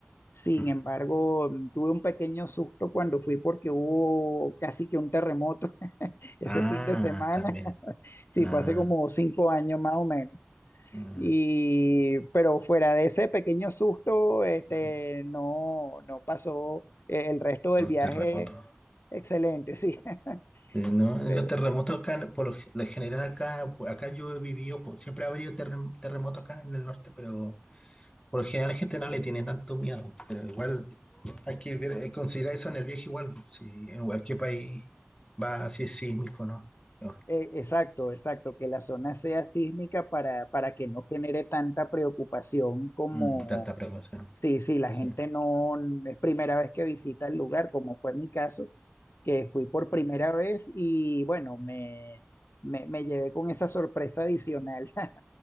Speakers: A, on the left; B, on the left.
A: Sin
B: mm.
A: embargo, mm, tuve un pequeño susto cuando fui porque hubo casi que un terremoto <laughs> ese
B: Ah,
A: fin de semana.
B: también.
A: Sí,
B: Ah,
A: fue hace como cinco años más o menos.
B: mm,
A: Y, pero fuera de ese pequeño susto, este,
B: mm.
A: no, no pasó eh, el resto
B: A
A: del
B: los
A: viaje
B: terremotos.
A: excelente, sí. <laughs>
B: Sí, no,
A: Pero
B: en los terremotos acá, por lo ge- lo general acá, acá yo he vivido, po- siempre ha habido terrem- terremotos acá en el norte, pero por lo general la gente no le tiene tanto miedo. Pero igual hay que ver- eh, considerar eso en el viaje igual, si en cualquier país va así es sísmico, ¿no? No,
A: eh, exacto, exacto, que la zona sea sísmica para, para que no genere tanta preocupación como,
B: mm, tanta precaución.
A: sí, sí, la
B: Sí.
A: gente no, es primera vez que visita el lugar, como fue mi caso, que fui por primera vez y bueno, me, me, me llevé con esa sorpresa adicional. <laughs>